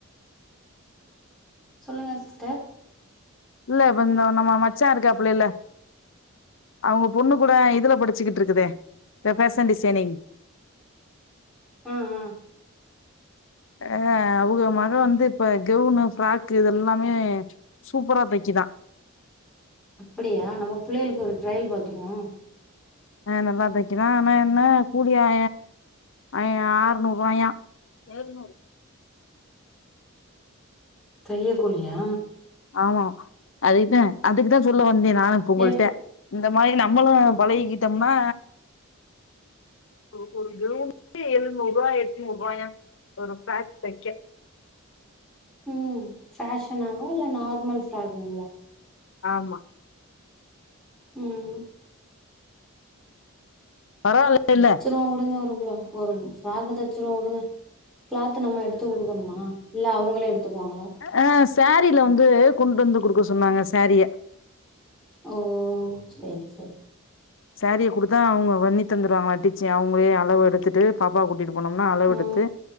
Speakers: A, in the centre; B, on the left (about 60°).
A: சொல்லுங்க சிஸ்டர்
B: இல்ல வந் நம்ம மச்சான் இருக்காப்லல்ல அவங்க பொண்ணு கூட இதுல படிச்சுக்கிட்டு இருக்குதே ஃபேஷன் டிசைனிங்
A: ம் ம்
B: அ அவுக மக வந்து இப்ப கவுனு ஃபிராக்கு இது எல்லாமே சூப்பரா தக்கிதா
A: அப்டியா நம்ம பிள்ளைகளுக்கு ஒரு டிரையல் பாத்துருவோ
B: ஆ நல்லா தைக்கு தா ஆனா என்ன கூலி ஆ ய ஆறுநூறுவாயா ஏழுநூறு
A: தையக்கூலியா
B: ஆமா அதுக்குதே அதுக்குதே சொல்ல வந்தே நானு பொங்கல்ட்ட
A: எப்டி
B: இந்த மாரி நம்மளு
A: அப்
B: பழகிக்கிட்டம்னா ஒவ்வொரு கவுன்க்கு எழுநூருவா எட்நூருவாயா ஒரு ஃபிராக் தக்க
A: ம் ஃபேஷனாவா இல்ல நார்மல் ஃப்ராக்ங்ளா
B: ஆமா
A: ம்
B: பரவால்லைல
A: அப்றோ உடுங்க ஒரு ப்ளவ் ஒரு ஃப்ராக் தச்சுருவோ உடுங்க கிளாத் நம்ம எடுத்து குடுக்கணுமா இல்ல அவுங்களே எடுத்துக்குவாங்களா
B: அ சாரீல வந்து கொண்டு வந்து குடுக்க சொன்னாங்க சாரிய
A: ஓ செர் செரி
B: சாரிய குடுத்தா அவுங்க வன்னி தந்துருவாங்களா டிச்சி அவுங்களே அளவு எடுத்துட்டு பாப்பாவ கூட்டிட்டு போனம்னா அளவு
A: ஆ
B: எடுத்து